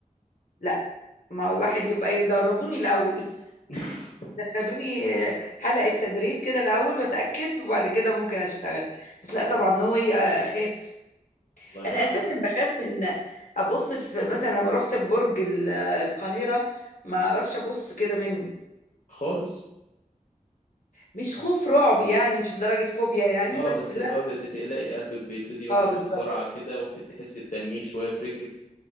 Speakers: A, on the left (about 80°); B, on the left (about 70°).
A: لا ما هو الواحد يبقى يدربوني الأول <laughs>
B: <laughs>
A: دخلوني حلقة تدريب كده الأول وأتأكد وبعد كده ممكن أشتغل بس لا طبعا نو واي أخاف
B: والله
A: أنا
B: معاكي
A: أساسا
B: حق
A: بخاف من أبص في مثلا لما رحت برج ال- القاهرة ما أعرفش أبص كده منه
B: خالص
A: مش خوف رعب يعني مش لدرجة فوبيا يعني
B: اه
A: بس
B: بس
A: لا
B: اللي هو ب- بتقلقي قلبك بيبتدي ينبض
A: اه بالظبط
B: بسرعة كده وممكن تحسي بتنميل شوية في رجلك